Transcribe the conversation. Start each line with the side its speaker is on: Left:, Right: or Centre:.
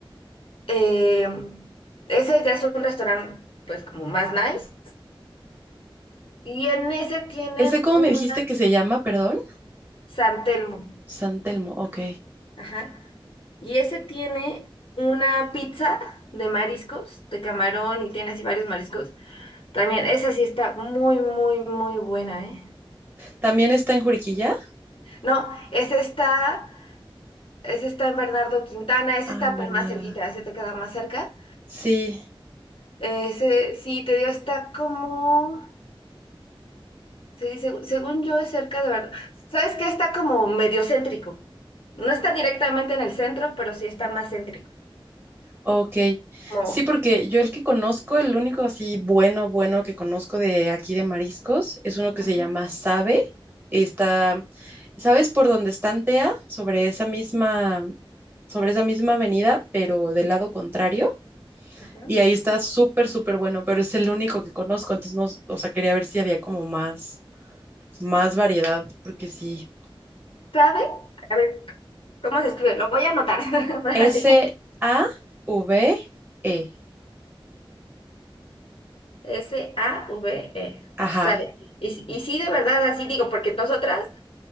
Left: Eh, ese ya es un restaurante, pues, como más nice. Y en ese tienen
Right: ¿Ese cómo
Left: un
Right: me dijiste que se llama, perdón?
Left: San Telmo.
Right: San Telmo, ok.
Left: Ajá. Y ese tiene una pizza de mariscos, de camarón y tiene así varios mariscos. También, esa sí está muy, muy, muy buena, ¿eh?
Right: ¿También está en Juriquilla?
Left: No, ese está, ese está en Bernardo Quintana, ese
Right: Ah,
Left: está
Right: en Bernarda.
Left: pues más cerquita, ese te queda más cerca.
Right: Sí,
Left: Ese sí, te digo, está como, se dice, según yo es cerca de Bernardo. ¿Sabes qué? Está como medio céntrico. No está directamente en el centro, pero sí está más céntrico.
Right: ok.
Left: Como,
Right: Sí, porque yo el que conozco, el único así bueno, bueno que conozco de aquí de mariscos, es uno que
Left: Ujú.
Right: se llama Sabe. Está, ¿sabes por dónde está Antea? Sobre esa misma, sobre esa misma avenida, pero del lado contrario.
Left: Ujú.
Right: Y ahí está súper, súper bueno, pero es el único que conozco, entonces no, o sea, quería ver si había como más, más variedad, porque sí.
Left: ¿sabe? A ver. ¿Cómo se escribe? Lo voy a anotar. <laughs> para
Right: S-A-V-E.
Left: que- S-A-V-E.
Right: Ajá.
Left: Sabe. Y, si- y sí, de verdad, así digo, porque nosotras,